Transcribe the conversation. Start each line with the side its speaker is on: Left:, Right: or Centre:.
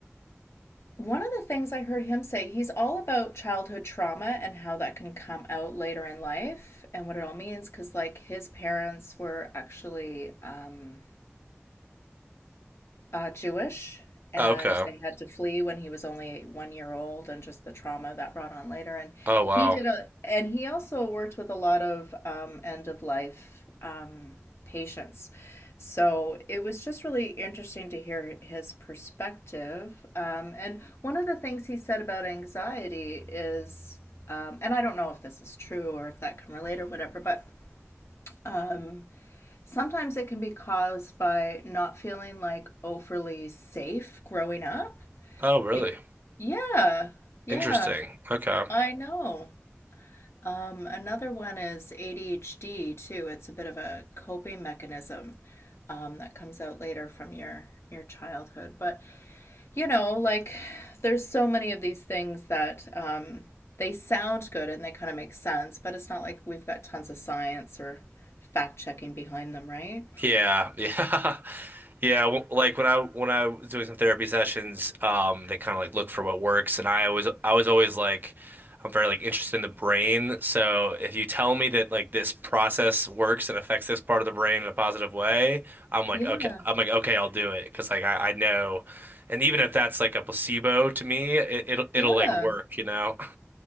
Left: one of the things I heard him say, he's all about childhood trauma and how that can come out later in life and what it all means, because like his parents were actually um uh, Jewish, and
Right: Okay.
Left: they had to flee when he was only one year old, and just the trauma that brought on later. And
Right: Oh, wow.
Left: he did a, and he also worked with a lot of um, end of life um, patients. So it was just really interesting to hear his perspective. Um, and one of the things he said about anxiety is, um, and I don't know if this is true or if that can relate or whatever, but um, Sometimes it can be caused by not feeling like overly safe growing up.
Right: Oh, really?
Left: Be- yeah, yeah,
Right: Interesting. Okay.
Left: I know. Um, another one is ADHD too. It's a bit of a coping mechanism um, that comes out later from your your childhood. But you know, like there's so many of these things that um, they sound good and they kind of make sense, but it's not like we've got tons of science or fact checking behind them, right?
Right: Yeah, yeah. <laughs> Yeah, w- like when I when I was doing some therapy sessions, um, they kind of like look for what works, and I always I was always like, I'm very like interested in the brain. So if you tell me that like this process works and affects this part of the brain in a positive way, I'm like
Left: Yeah.
Right: okay, I'm like okay, I'll do it because like I, I know, and even if that's like a placebo to me, it, it'll it'll
Left: Yeah.
Right: like work, you know.